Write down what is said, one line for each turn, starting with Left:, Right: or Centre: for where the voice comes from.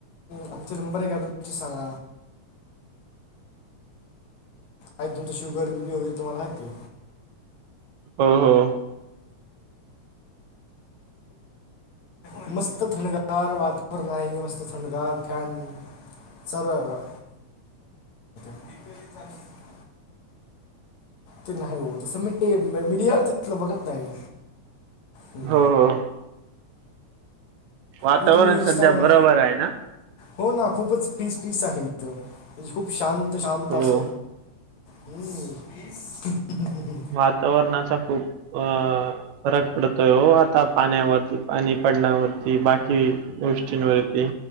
Left: आमचे नंबर आहे काय तुमचे सांगा आ दिन त शुगर वपग य तिन हके
Right: हो हो
Left: <unintelligible> मस्त थंडगार वातावरण आहे मस्त थंडगार फॅन चालूय बगा <unintelligible> <unintelligible> ते नाही हो तसं म मीडियावर तलं बघत नाही ह्
Right: हो हो वातावरण
Left: मग तुम्ही इंस्टाग्राम
Right: सद्या बरोबर आय ना
Left: हो ना खूपच पीस पीस आहे त खूप शांत शांत
Right: हो
Left: अस हम्म
Right: वातावरणाचा खूप अ फरक पडतोय हो आता पाण्यावरती पाणी पडण्यावरती बाकी गोष्टींवरती